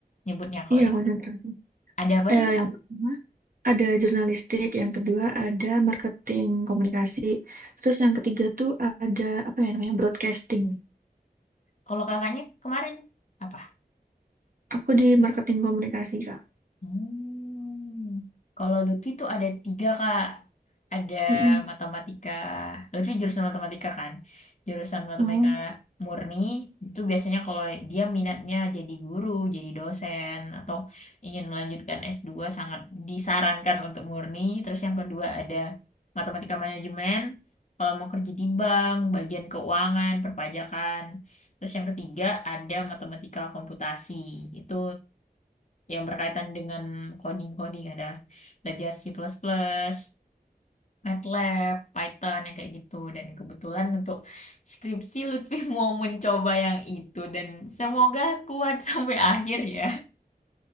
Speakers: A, on the left (about 45°); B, on the right (about 60°).
A: nyebutnya kalau
B: Iya,
A: di
B: konsentrasi.
A: Ada apa aja
B: Eh,
A: tuh, Kak?
B: yang pertama ada jurnalistik, yang kedua ada marketing komunikasi, terus yang ketiga tuh ada apa ya namanya broadcasting.
A: Kalau kakaknya kemarin apa?
B: Aku di marketing komunikasi, Kak.
A: Hmm. Kalau Lutfi tuh ada tiga kak, ada
B: Mm-mm.
A: matematika. Lutfi jurusan matematika kan, jurusan matematika
B: Mau?
A: murni itu biasanya kalau dia minatnya jadi guru, jadi dosen atau ingin melanjutkan s dua sangat disarankan untuk murni. Terus yang kedua ada matematika manajemen, kalau mau kerja di bank, bagian keuangan, perpajakan. Terus yang ketiga ada matematika komputasi. Itu yang berkaitan dengan coding-coding ada belajar C++, plus plus, MATLAB, Python yang kayak gitu dan kebetulan untuk skripsi Lutfi <laughs> mau mencoba yang itu dan semoga kuat <laughs> sampai akhir ya.